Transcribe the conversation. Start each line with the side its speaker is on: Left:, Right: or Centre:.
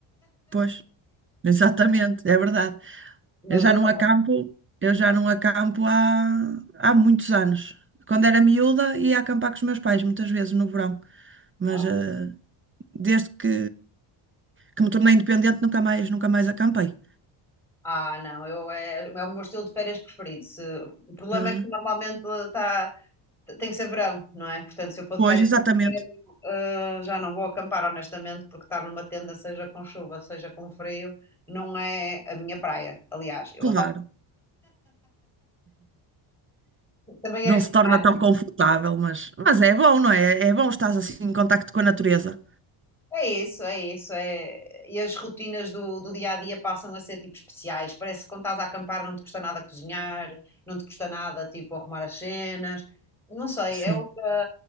Right: Pois, <laughs> exatamente, é verdade.
Centre: Mas
Right: Eu já
Centre: adoro.
Right: não acampo, eu já não acampo há, há muitos anos. Quando era miúda, ia acampar com os meus pais, muitas vezes no verão. Mas
Centre: Ah,
Right: eh, desde que, que me tornei independente, nunca mais, nunca mais acampei.
Centre: ah, não, eu é, é o meu estilo de férias preferido. Se- o problema
Right: Ah,
Centre: é que normalmente tá, tem que ser verão, não é? Portanto, se eu for
Right: pois,
Centre: de férias,
Right: exatamente,
Centre: inverno, ah, já não vou acampar, honestamente, porque estar numa tenda, seja com chuva, seja com frio, não é a minha praia. Aliás, eu
Right: claro.
Centre: adoro. Também
Right: Não
Centre: és
Right: se
Centre: de
Right: torna
Centre: praia.
Right: tão confortável, mas, mas é bom, não é? É bom estar assim em contacto com a natureza.
Centre: É isso, é isso. É... E as rotinas do, do dia a dia passam a ser tipo especiais. Parece que quando estás a acampar não te custa nada cozinhar, não te custa nada tipo arrumar as cenas. Não sei,
Right: Sim,
Centre: é outra,